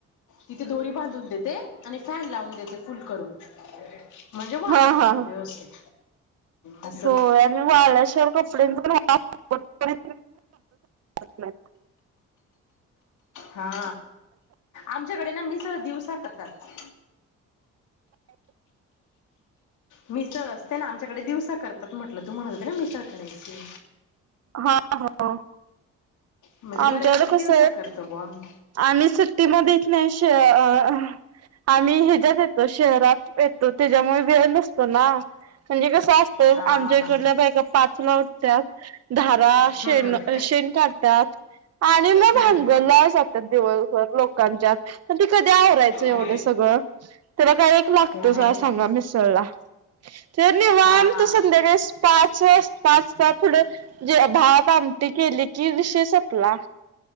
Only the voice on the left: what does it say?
तिथे दोरी बांधून देते आणि फॅन लावून देते. फुल करून. म्हणजे वाळून
जातात,
व्यवस्थित. असं
हा. आमच्याकडे ना, मीसळ दिवसा करतात. मिसळ असते ना आमच्याकडे दिवसा करतात म्हटलं. तू म्हणत होते ना मिसळ करायची
म्हणजे
बऱ्यापैकी
दिवसा करतो बुवा आम्ही
हा
हा
हम्म हम्म
हम्म
हम्म
ते आहे बघ
हा